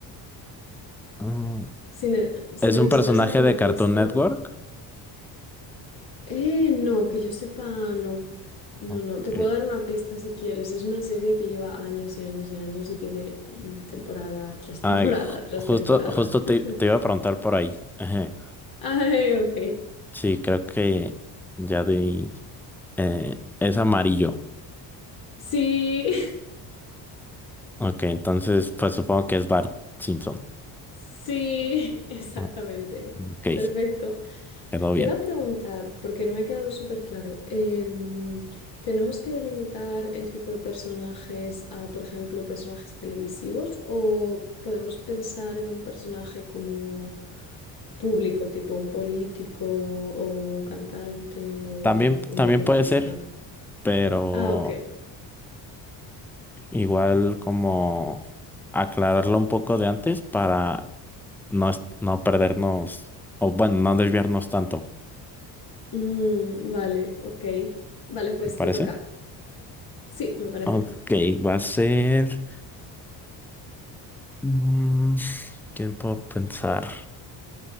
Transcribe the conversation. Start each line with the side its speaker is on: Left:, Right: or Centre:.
Centre: mm,
Left: Si, ne- si
Centre: ¿es
Left: necesitas
Centre: un personaje
Left: alguna
Centre: de Cartoon
Left: pista...
Centre: Network?
Left: Eh, no, que yo sepa, no. No,
Centre: Ok.
Left: no, te puedo dar una pista si quieres. Es una serie que lleva años y años y años y tiene mm, temporada tras temporada
Centre: Ay, ju-
Left: tras
Centre: justo,
Left: temporada.
Centre: justo te,
Left: <laughs>
Centre: te iba a preguntar por ahí. Ajá.
Left: Ay, ok.
Centre: Sí, creo que ya di... eh, es amarillo.
Left: Sí,
Centre: Ok, entonces pues supongo que es Bart Simpson.
Left: Sí, <laughs> exactamente.
Centre: Ah, Ok,
Left: Perfecto.
Centre: quedó
Left: Te
Centre: bien.
Left: iba a preguntar, porque no me ha quedado súper claro, em, ¿tenemos que delimitar el tipo de personajes a, por ejemplo, personajes televisivos o podemos pensar en un personaje como público, tipo un político o un cantante o
Centre: También,
Left: un
Centre: también
Left: deportista?
Centre: puede ser. pero
Left: Ah, ok.
Centre: igual como aclararlo un poco de antes para no, es- no perdernos, o bueno, no desviarnos tanto,
Left: Mm, vale, ok. Vale, pues
Centre: ¿me parece?
Left: te toca. Sí, me parece.
Centre: Ok, va a ser mm, tiempo a pensar.